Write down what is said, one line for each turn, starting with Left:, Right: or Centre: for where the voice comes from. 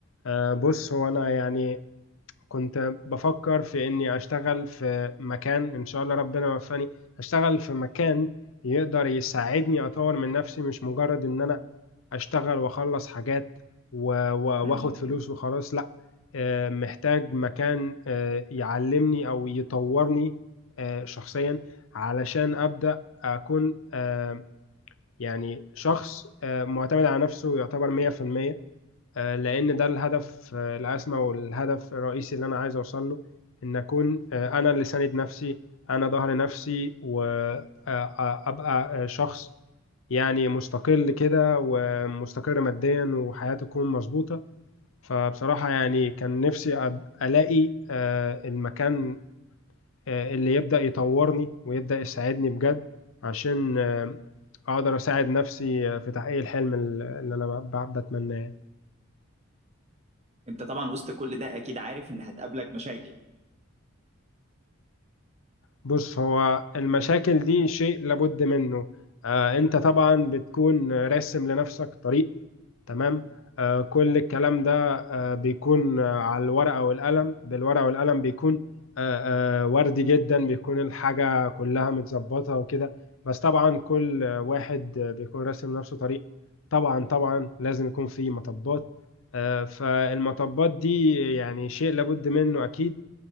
Left: أه بص هو أنا يعني كنت بفكر في إني أشتغل في مكان إن شاء الله ربنا يوفقني أشتغل في مكان يقدر يساعدني أطور من نفسي مش مجرد إن أنا اشتغل واخلص حاجات و- و-
Right: مم.
Left: واخد فلوس وخلاص لا آه، محتاج مكان آه، يعلمني او يطورني آه، شخصيا علشان ابدا اكون آه، يعني شخص آه، معتمد على نفسه يعتبر 100% آه، لان ده الهدف آه، الاسمى والهدف الرئيسي اللي انا عايز اوصل له ان اكون آه، انا اللي ساند نفسي انا ظهر نفسي وابقى شخص يعني مستقل كده ومستقر ماديا وحياته تكون مظبوطة فبصراحة يعني كان نفسي أب- ألاقي آه، المكان آه، اللي يبدأ يطورني ويبدأ يساعدني بجد عشان آه، أقدر أساعد نفسي آه، في تحقيق الحلم ال- اللي أنا ب- ب- بتمناه
Right: انت طبعا وسط كل ده اكيد عارف ان هتقابلك مشاكل
Left: بص هو المشاكل دي شيء لابد منه آه، أنت طبعا بتكون راسم لنفسك طريق تمام آه كل الكلام ده آه بيكون آه على الورقة والقلم بالورقة والقلم بيكون آه آه وردي جدا بيكون الحاجة كلها متظبطة وكده بس طبعا كل آه، واحد آه، بيكون راسم نفسه طريق طبعا طبعا لازم يكون في مطبات آه فالمطبات دي يعني شيء لابد منه أكيد